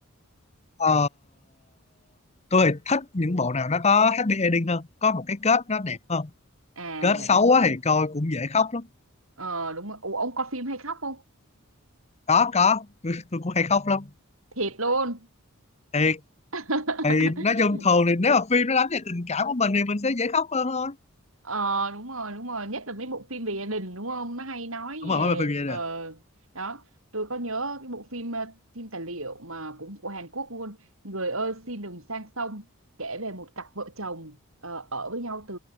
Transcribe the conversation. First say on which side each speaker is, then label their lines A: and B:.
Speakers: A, on the left; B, on the right.
A: Ờ, tôi thì thích những bộ nào nó có happy ending hơn. Có một cái kết nó đẹp hơn.
B: à
A: Kết
B: đúng
A: xấu
B: rồi
A: quá thì coi cũng dễ khóc lắm.
B: ờ đúng rồi Ủa, ông coi phim hay khóc không
A: Có, có. Tôi, tôi cũng hay khóc lắm.
B: thiệt luôn
A: Thiệt.
B: <laughs>
A: Thì nói chung thường thì nếu mà phim nó đánh về tình cảm của mình thì mình sẽ dễ khóc hơn thôi.
B: Ờ đúng rồi đúng rồi nhất là mấy bộ phim về gia đình đúng không nó hay nói
A: Đúng
B: về
A: rồi, mới về phim gia
B: ờ
A: đình.
B: đó tôi có nhớ cái bộ phim ờ, phim tài liệu mà cũng của Hàn Quốc luôn người ơi xin đừng sang sông kể về một cặp vợ chồng ờ, ở với nhau từ